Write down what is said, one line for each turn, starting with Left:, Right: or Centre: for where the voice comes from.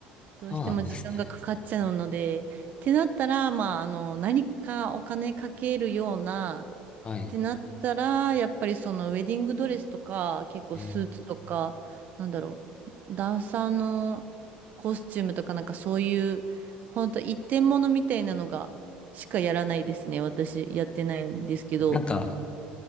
Right: どうしても時間がかかっちゃうので、
Left: そうなんですね。
Right: ってなったら、まあ、あの、何かお金かけるような、
Left: はい。
Right: ってなったら、やっぱりそのウェディングドレスとか、結構スーツとか、
Left: えー
Right: なんだろう、ダンサーのコスチュームとかなんかそういう、ほんと一点物みたいなのがしかやらないですね。私やってないんですけど。
Left: なんか、